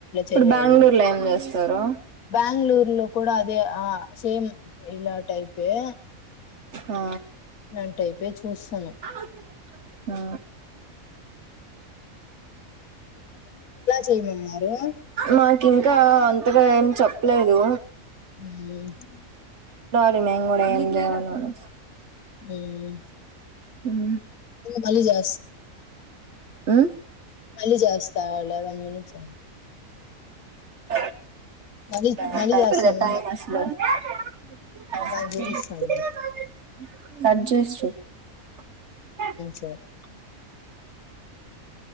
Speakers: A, on the right (about 60°); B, on the left (about 85°).
A: ఇప్పుడు
B: చెయాలి
A: బెంగళూరు లో ఏం చేస్తారు
B: బెంగళూరు లో కూడా అదే ఆ సేమ్ ఇలా టైప్ హే
A: ఆ
B: న టైపే వస్తాను
A: ఆ
B: చేయమన్నారు
A: మాకు ఇంకా అంతట ఏం చెప్ ఎలా ఎదు
B: మ్
A: డి మే కూడా కూడా ఎ
B: మ్
A: మ్
B: మల్లి చెస్
A: ఆ
B: మల్లి చెస్ చ లేవెన్ మనిట్స్
A: <inaudible>
B: మళ్ళీ మళ్ళీ చేస్తాను నాకు చూపిస్తుంది సరే